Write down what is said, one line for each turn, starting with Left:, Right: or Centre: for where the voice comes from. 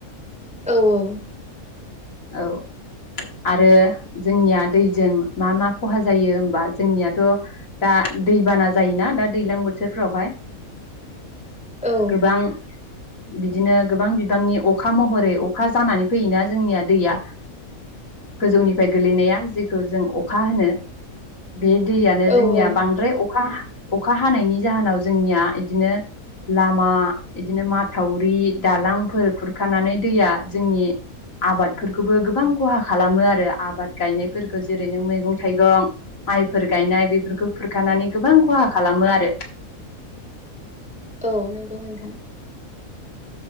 Centre: औ औ
Left: औ आरो जोंनिया दैजों मा मा खहा जायो होमबा जोंनियाथ दा दैबाना जायोना दा दैज्लां बोथोरफ्रावहाय
Centre: औ
Left: गोबां बिदिनो गोबां बिबांनि अखा महरै अखा जानानै फैयोना जोंनिया दैया गोजौनिफ्राय गोलैनाया जेखौ जों अखा होनो बे दैयानो
Centre: औ
Left: जोंनिया
Centre: औ
Left: बांद्राय अखा अखा हानायनि जाहोनाव जोंनिया इदिनो लामा इदिनो माथावरि दालांफोर खुरखानानै दैया जोंनि आबाद फोरखोबो गोबां खहा खालामो आरो आबाद गायनायफोरखो जेरै नों मैगं थाइगं माइफोर गायनाय बेफोरखौ खुरखानानै गोबां खहा खालामो आरो।
Centre: औ नोंगौ नोंथां